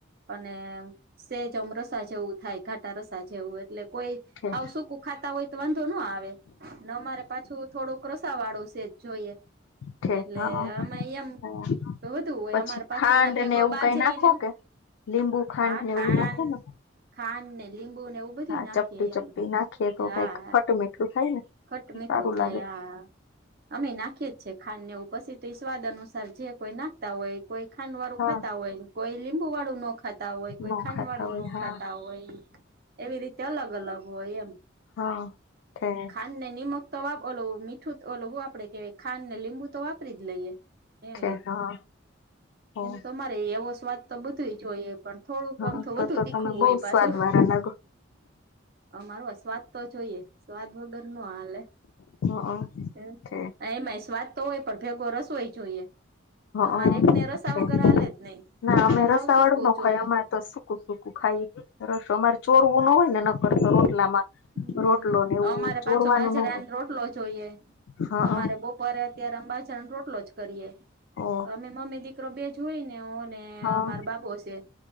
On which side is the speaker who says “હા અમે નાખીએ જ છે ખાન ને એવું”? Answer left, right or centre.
Right